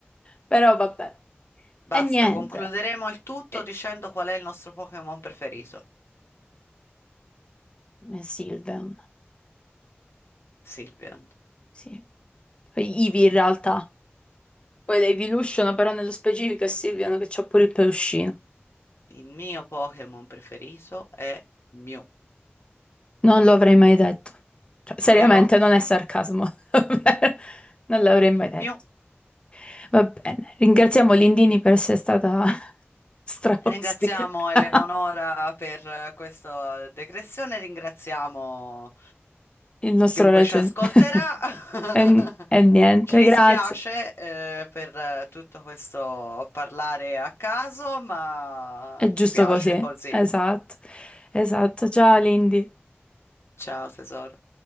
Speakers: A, on the left; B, on the left.
A: Però vabbè.
B: Basta,
A: E niente.
B: concluderemo il tutto
A: E-
B: dicendo qual è il nostro Pokémon preferito.
A: e Sylvian,
B: Sylveon.
A: sì. Poi Ivy in realtà. Poi la Evolution, però nello specifico è Sylvian che c'ha pure il peluscino.
B: Il mio Pokémon preferito è Mew,
A: Non lo avrei mai detto. Cioè, seriamente,
B: vero?
A: non è sarcasmo. <laughs> Non l'avrei mai detto.
B: Mew.
A: Va bene, ringraziamo Lindini per essere stata <laughs> straospite.
B: E Ringraziamo Eleonora
A: <laughs>
B: per eh, questa decrezione, ringraziamo
A: Il nostro
B: chiunque
A: regge.
B: ci ascolterà.
A: <laughs>
B: <laughs>
A: E, e niente,
B: Ci dispiace,
A: grazie.
B: eh, per eh, tutto questo parlare a caso, ma
A: È giusto
B: ci piace
A: così.
B: così.
A: Esatto, esatto. Ciao Lindy.
B: Ciao tesoro.